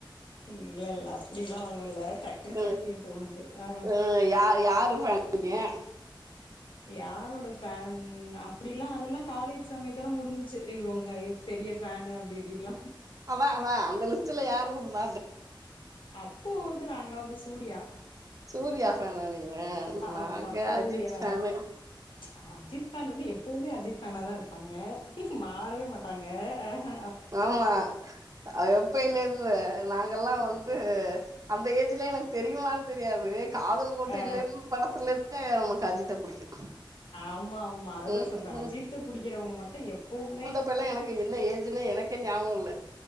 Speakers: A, on the left (about 70°); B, on the right (about 40°).
A: இல்ல இல்ல அப்டில்லா ஒண்ணு இல்ல டக் னு
B: ம்
A: சக்தின்னு தோணுது ஆ
B: ம் யா யா <unintelligible>
A: யாரோட ஃபேன் அப்படிலா அதெல்லா காலேஜ் சமயத்தோட முடிஞ்சிச்சு இவுங்க எ பெரிய ஃபேனு அப்டி இப்டில்லா
B: அவ அவ அந்த லிஸ்ட்ல யார் இருந்தா
A: அப்போ வந்து நாங்களா வந்து சூர்யா
B: சூர்யா ஃபேனா நீங்க
A: ஆமா
B: நாங்க
A: சூர்யா
B: அஜித் ஃபேனு
A: ஆ அஜித் ஃபேன் வந்து எப்பவுமே அஜித் ஃபேனா தா இருப்பாங்க மாறவே மாட்டாங்க அ ஹ
B: ஆமா அவன் அப்பேல இருந் பு நாங்கல்லா வந்து
A: ஆமா
B: அந்த ஏஜ்ல எனக்கு தெரியுமானு தெரியாது காதல் கோட்டைல
A: அ
B: இருந் படத்துல இருந்தே நமக்கு அஜித்த புடிக்கு
A: ஆமா ஆமா அதுதா
B: ம்
A: சொல்ற அஜித்து
B: ம்
A: புடிக்கிறவங்க மட்டு எப்புமே
B: க்கல்லா எனக்கு என்ன ஏஜுனே எனக்கே ஞாவோல்ல